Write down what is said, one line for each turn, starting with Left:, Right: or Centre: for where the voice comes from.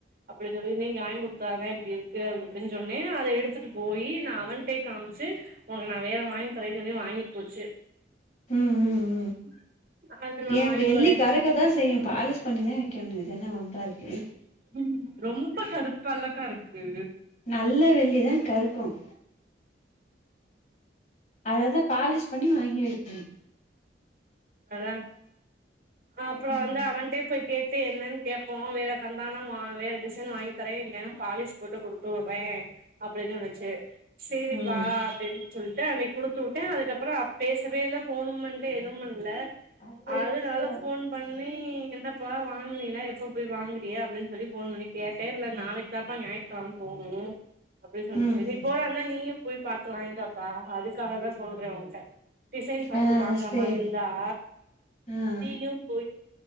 Right: அப்டின் சொல்லி நீங்க வாங்கி குடுத்தாதே இப்டி இருக்கு அப்டி இப்டின்னு சொன்னே அத எடுத்துட்டு போயி நா அவன்டே காம் ச்சு உனக்கு நா வேற வாங்கி தாரேன்னு சொல்லி வாங்கிட்போச்சு
Left: ம் ம் ம்
Right: <inaudible> அது நா
Left: ஏ
Right: வாங்கிட்டு
Left: வெள்ளி
Right: வரே
Left: கருக்கதான் செய்யும் பாலிஸ் பண்ணிதா வைக்கணு இதென்ன வம்பா இருக்கு
Right: ம் ரொம்ப கருப்பால்லக்கா இருக்கு
Left: நல்ல வெள்ளிதா கருக்கும் அதவந்து பாலிஷ் பண்ணி வாங்கி வைக்கனு
Right: அதா அப்புறோ
Left: ம்
Right: வந்து அவன்ட்டே போய் கேட்டு என்னன் கேப்போ வேற தந்தானா வேற டிசைன் வாங்கி தரே இல்லன்னா பாலிஷ் போட்டு குடுத்துவுறே அப்டின் சொல்லுச்சு சரிப்பா
Left: ம்
Right: அப்படின் சொல்லிட்டு அன்னைக்கு குடுத்து விட்டே அதுக்கப்புற பேசவே இல்ல போனும் பண்ல எதுவு பண் ல
Left: அதுவே
Right: அதுனால
Left: பிஸியா
Right: ஃபோன்
Left: இருக்கு
Right: பண்ணி என்னப்பா வாங்குனீலா எப்ப போய் வாங்குறியா அப்டின்னு சொல்லி ஃபோன் பண்ணி கேட்டே இல்ல நாளைக் சப்பா ஞாயித்துக்கெழம போகுணு அப்படி சொன்ச்சு
Left: ம்
Right: நீ
Left: ம்
Right: போற இருந்தா நீயு போய் பாத்து வாயின்ட்டுவாக்கா அதுக்காக தா சொல்றே உங்கிட்ட டிசைன் பாத்து
Left: ஆ
Right: வாங்கற
Left: சேரி
Right: மாரின் ஆ
Left: ஆ
Right: நீயு போயி